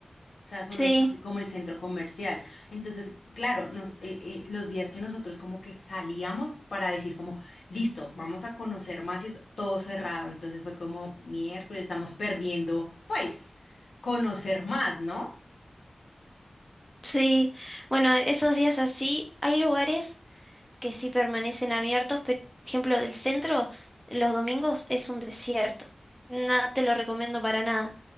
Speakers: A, on the left; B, in the centre.
A: O sea, solo
B: sí,
A: se abre como el centro comercial. Entonces, claro, nos, eh, eh, los días que nosotros como que salíamos para decir como, listo, vamos a conocer más y es todo cerrado. Entonces fue como, miércoles, estamos perdiendo, pues, conocer más, ¿no?
B: sí. Bueno, esos días así, hay lugares que sí permanecen abiertos, pero por ejemplo, del centro, los domingos es un desierto. Nada te lo recomiendo para nada.